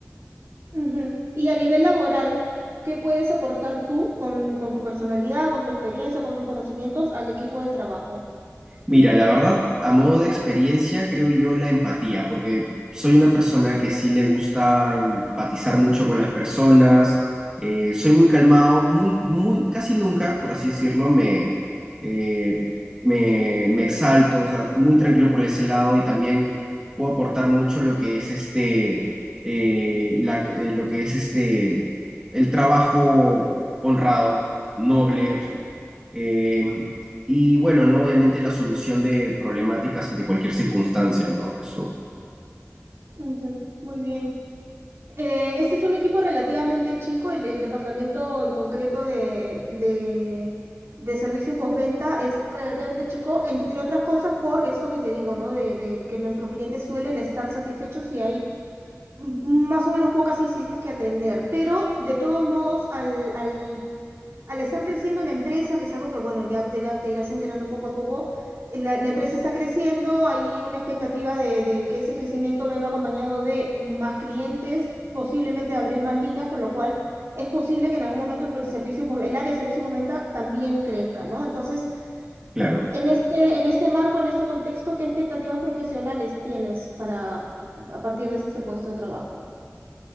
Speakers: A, on the right; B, on the right.
A: ujú. Y a nivel laboral, ¿qué puedes aportar tú con, con tu personalidad, con tu experiencia, con tus conocimientos al equipo de trabajo?
B: Mira, la verdad, a modo de experiencia, creo yo la empatía, porque soy una persona que sí le gusta empatizar mucho con las personas, eh, soy muy calmado, muy, muy, casi nunca, por así decirlo, me, eh, me, me exalto, o sea, muy tranquilo
A: Ujú,
B: por ese lado y también puedo aportar mucho lo que es este, eh, la- eh, lo que es este, el trabajo honrado, noble,
A: ujú,
B: o sea. em, y bueno, ¿no? Obviamente la solución de problemáticas ante cualquier circunstancia, ¿no? Eso,
A: ujú. Muy bien. Eh, este es un equipo relativamente chico, el, el departamento en concreto de, de, de servicio postventa es relativamente chico, entre otras cosas por esto que te digo, ¿no? De, de que nuestros clientes suelen estar satisfechos y hay m- más o menos pocas incidencias que atender, pero de todos modos al, al al estar creciendo la empresa, que es algo que, bueno, ya te, irá- te irás enterando poco a poco, eh, la, la empresa está creciendo, hay una expectativa de, de que ese crecimiento venga acompañado de más clientes, posiblemente de abrir más líneas, con lo cual es posible que en algún momento pues, el servicio, pos- el área de servicio postventa también crezca, ¿no? Entonces,
B: claro.
A: en este, en este marco, en este contexto, ¿qué expectativas profesionales tienes para, a partir de este puesto de trabajo?